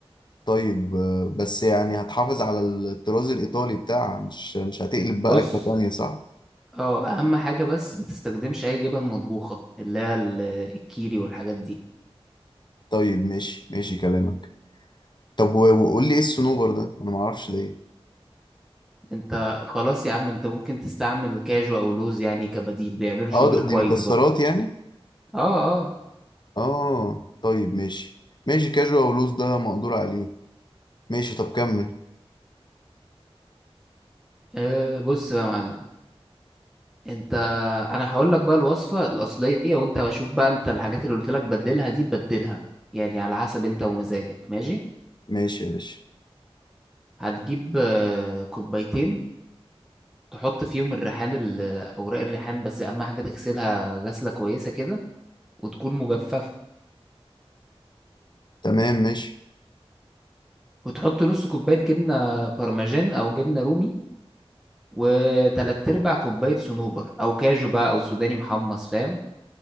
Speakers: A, on the left; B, in the centre.
A: طيب آه بس يعني هتحافظ على الطراز الايطالي بتاعها مش مش هتقلب
B: بص
A: بقى اكله تانية صح
B: اه اهم حاجة بس ما تستخدمش اي جبن مطبوخة اللي هي ال- الكيري والحاجات دي
A: طيب ماشي ماشي كلامك طب و- وقول لي ايه الصنوبر ده انا ما اعرفش ده ايه
B: انت خلاص يا عم انت ممكن تستعمل كاجو او لوز يعني كبديل بيعملوا شغل
A: اه ده-
B: كويس
A: دي مكسرات
B: برضه
A: يعني
B: اه اه
A: اه طيب ماشي ماشي كاجوال لوز ده مقدور عليه ماشي طب كمل
B: آه، بص بقى يا معلم انت انا هقول لك بقى الوصفة الاصلية وانت بشوف بقى انت الحاجات اللي قلت لك بدلها دي تبدلها يعني على حسب انت ومزاجك ماشي
A: ماشي يا باشا
B: هتجيب آه، كوبايتين تحط فيهم الريحان ال- اوراق الريحان بس اهم حاجه تغسلها غسله كويسه كده وتكون مجففه
A: تمام ماشي
B: وتحط نص كوبايه جبنه بارميجان او جبنه رومي وتلات ارباع كوبايه صنوبر او كاجو بقى او سوداني محمص فاهم